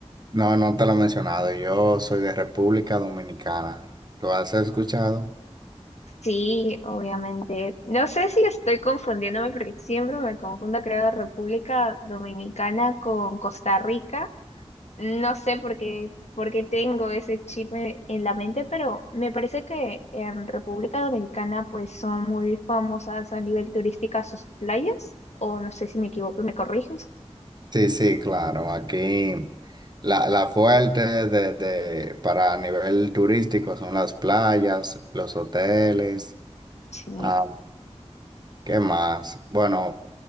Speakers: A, on the right (about 40°); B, on the left (about 75°).
A: No, no te lo he mencionado. Yo soy de República Dominicana. ¿Lo has escuchado?
B: Sí, obviamente. No sé si estoy confundiéndome porque siempre me confundo, creo, República Dominicana con Costa Rica. No sé por qué, por qué tengo ese chip en en la mente, pero me parece que en República Dominicana pues son muy famosas a nivel turística sus playas, o no sé si me equivoco y me corriges.
A: Sí, sí, claro. Aquí la, la fuerte de, de- para nivel turístico son las playas, los hoteles.
B: Sí.
A: ah, ¿qué más? Bueno,